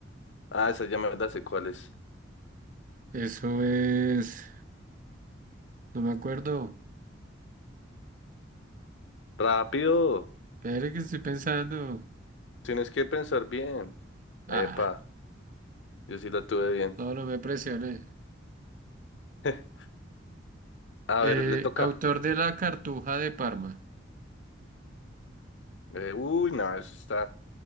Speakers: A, on the left (about 70°); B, on the right (about 45°).
A: Ah, esa ya me la sé cuál es.
B: Eso es... No me acuerdo.
A: Rápido.
B: Espere que estoy pensando.
A: Tienes que pensar bien.
B: Ah,
A: Epa, yo sí la tuve bien.
B: no, no me presioné.
A: <laughs> A
B: Eh,
A: ver, le toca.
B: autor de La Cartuja de Parma.
A: Eh, uy, no, eso está.